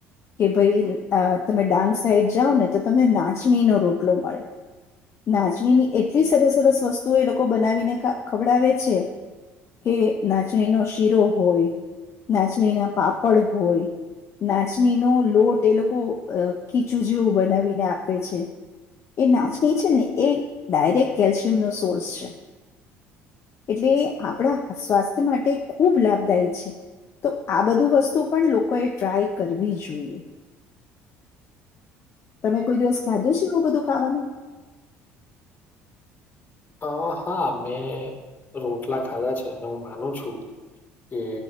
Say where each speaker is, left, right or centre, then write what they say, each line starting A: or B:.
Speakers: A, on the left (about 45°); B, on the left (about 25°).
A: કે ભાઈ અ તમે ડાંગ... સાઈડ જાઓ ને તો તમને નાચલીનો રોટલો મળે, નાચલીની એટલી સરસ સરસ વસ્તુઓ એ લોકો બનાવીને ખવડાવે છે, કે નાચલીનો શીરો હોય, નાચલીના પાપડ હોય, નાચલીનો લોટ એ લોકો... કીચું જેવું બનાવીને આપે છે, એ નાચલી છે ને એ ડાયરેક્ટ કેલ્શિયમનો સોર્સ છે. એટલે આપણા સ્વાસ્થ્ય માટે ખૂબ લાભદાયી છે, તો આ બધું વસ્તુ પણ લોકોએ ટ્રાય કરવી જોઈએ, તમે કોઈ દિવસ ખાધો છે એવું બધું ખાવાનું.
B: અ હા મેં રોટલા ખાધા છે, અને હું માનું છું કે